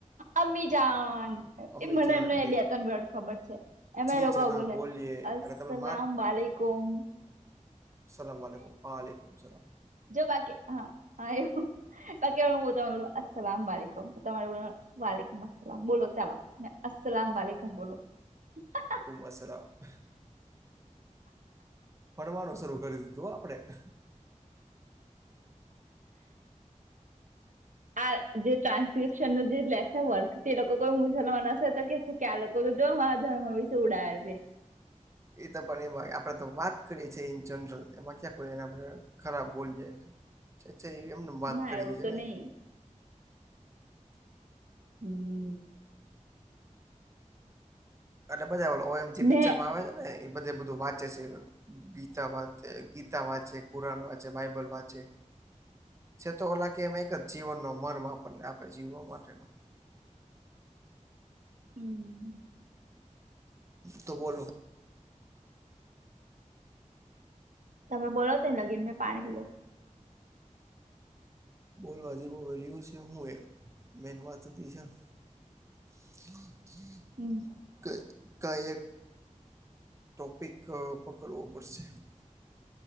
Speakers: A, on the right; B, on the right.
A: અમીજાન
B: અમીજાન
A: એ મને એમને
B: કઈક
A: બે ત્રણ વર્ડ ખબર છે. એમ
B: જી
A: લોકો
B: જના
A: બોલે
B: બોલીએ
A: અસલામ
B: એટલે તમને
A: વાલીકુમ.
B: અસમવાલેકુમ, વાલેકુમ સલામ.
A: જો બાકી હા હા એવું બાકી હલો અસલામ વાલેકમ તમારે બોલ વલીલેકુમ અસલામ બોલો ચાલો અસલામ વાલલેકુમ બોલો હ હ,
B: અસ્સલામ, હ, ફણવાનું શરૂ કરી દીધું હો આપણેે,
A: આ જે ટ્રાન્સ્ક્રિપ્શન નું જે લેશે વર્ક તે લોકો કોઈ મુસલમાન હશે તો કેશે કે આ લોક કો જો મારા ધર્મ વિશે ઉડાવ છે.
B: ઈ તો પણ એમાં આપડે તો વાત કરીએ છીએ ઇન જનરલ એમાં ક્યા એને આપણે ખરાબ બોલી જાય્છા એમને એમ વાત
A: ના
B: કરીએ
A: એવું
B: છીએ
A: તો
B: ને,
A: નહી હમ,
B: એટલે બધા ઓ એમ જે પિક્ચરમાં
A: ને
B: આવે છે ને એ બધે બધું વાંચે છે. ગીતા વાંચ ગીતા વાંચે, કુરાન વાંચે, બાઇબલ વાંચે,
A: <inaudible>
B: છે તો ઓલા કે એમ એક જ જીવનનો મર્મ આપણને આપે જીવવા માટેનો,
A: હમ,
B: તો બોલો,
A: તમે બોલો તઈ લગીન મેં પાણી પી લો,
B: બોલવા જેવો <unintelligible> વ્યું છે હું એમ મેન વાત હતી ઈ જ છે, <inaudible>
A: હમ,
B: કે ક એઈક ટોપિક પકડવો પડશે.